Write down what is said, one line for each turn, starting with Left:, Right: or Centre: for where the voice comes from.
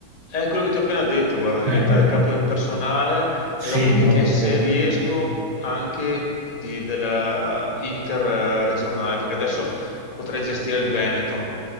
Left: È quello che ti ho appena detto, guarda, diventare
Right: Eh,
Left: capo del personale
Right: sì,
Left: e dopodiché
Right: boh,
Left: se
Right: boh.
Left: riesco anche di- della interregionale, perché adesso potrei gestire il Veneto.